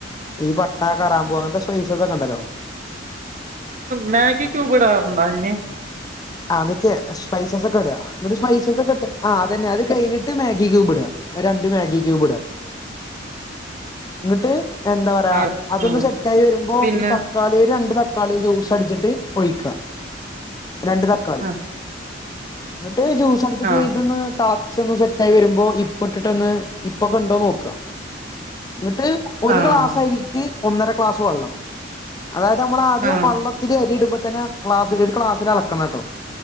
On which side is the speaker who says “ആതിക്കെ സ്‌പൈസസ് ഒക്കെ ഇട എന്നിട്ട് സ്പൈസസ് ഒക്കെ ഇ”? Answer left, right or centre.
Left